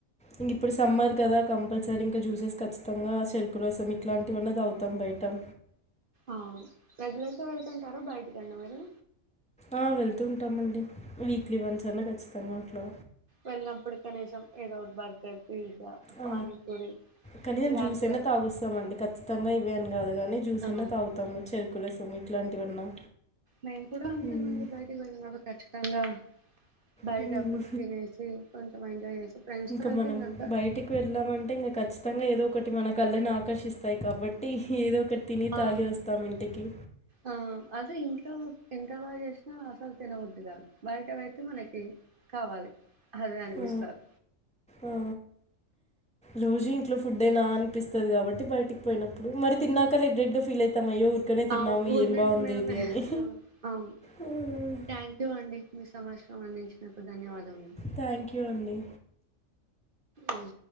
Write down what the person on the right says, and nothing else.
అవును రెగ్యులర్గా వెళ్తుంటారా బయటికి కండి మీరు
వెళ్నపుడు కనీసం ఏదో బర్గర్ పిజ్జా
పానీపూరి
ఇలాంటివి
ఆ
నేను కూడా అంతేనండి
బయటకి వెళ్ళిన కూడాఖచ్చు తంగా బయ
ట ఫుడ్ తినేసి ఎంజాయ్ చేసి ఫ్రెండ్స్
తో వెళ్తే
ఇంకా
ఆ
ఆ అదే ఇంట్లో ఎంత బాగా చేసినా అసలు తినబుద్ధి కాదు బయట వైతే మనకి కావాలి అది అనిపిస్తారు
అవ్ ఊరికే
తిన్నమన
అవు
థ్యాంక్ యూ అండి మీ సమాచారం స్పందించినందుకు ధన్యవాదం
ఉమ్